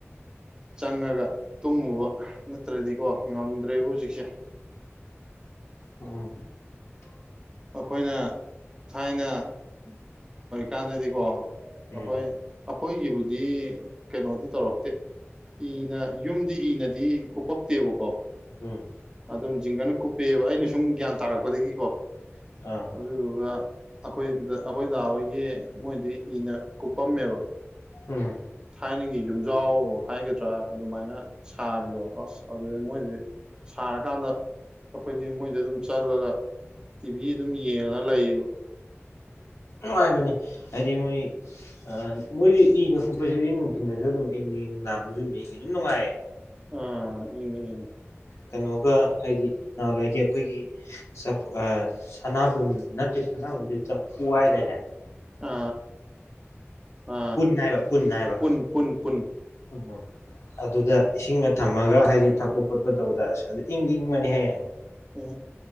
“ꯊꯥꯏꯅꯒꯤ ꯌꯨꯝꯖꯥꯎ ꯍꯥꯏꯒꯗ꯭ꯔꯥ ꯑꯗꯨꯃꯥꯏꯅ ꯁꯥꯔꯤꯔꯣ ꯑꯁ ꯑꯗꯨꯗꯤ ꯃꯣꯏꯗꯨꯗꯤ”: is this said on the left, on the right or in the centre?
Right